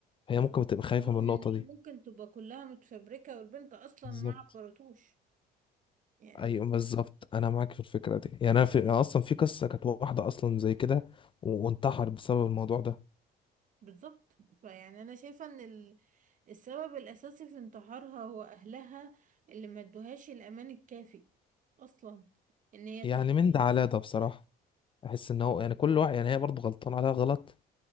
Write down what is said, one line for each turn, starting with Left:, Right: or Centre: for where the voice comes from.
Left: هي
Right: بالظبط
Left: ممكن تبقى خايفة
Right: رغم
Left: من النقطة
Right: ان هي
Left: دي
Right: ممكن تبقى كلها متفبركة والبنت اصلا
Left: بالظبط
Right: ما عبرتوش يعني
Left: ايوه بالظبط انا معاك في الفكرة دي يعني انا في أنا اصلا في قصة كانت واحدة اصلا زي كده و- وانتحر بسبب الموضوع ده
Right: بالظبط فيعني انا شايفة ان ال- السبب الاساسي في انتحارها هو اهلها اللي ما ادوهاش الامان الكافي اصلا ان هي
Left: يعني
Right: تحكي
Left: من
Right: لهم
Left: ده على ده بصراحة احس ان هو يعني كل واحد يعني هي برضه غلطان عليها غلط